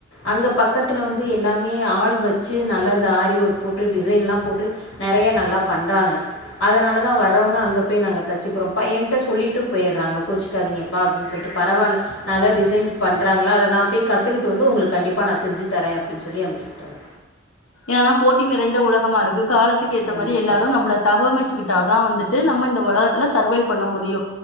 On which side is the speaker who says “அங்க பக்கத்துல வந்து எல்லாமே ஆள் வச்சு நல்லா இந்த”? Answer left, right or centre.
Left